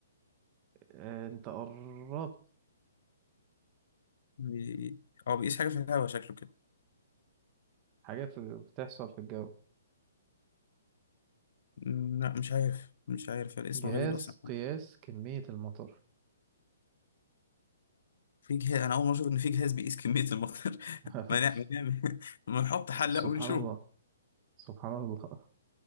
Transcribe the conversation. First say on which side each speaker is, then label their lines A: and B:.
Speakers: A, on the right; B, on the left.
A: آه، انت قربت
B: بي... أو بيقيس حاجة في الهواء شكله كده
A: حاجة في... بتحصل في الجو
B: مم، لا مش عارف مش عارف الاسم
A: جهاز
B: غريب أصلا
A: قياس كمية المطر
B: في جهاز أنا أول مرة أشوف إن في جهاز بيقيس كمية المطر <laughs>
A: <laughs>
B: ما نعمل ما نعمل ما نحط حلة
A: سبحان
B: ونشوف
A: الله سبحان الله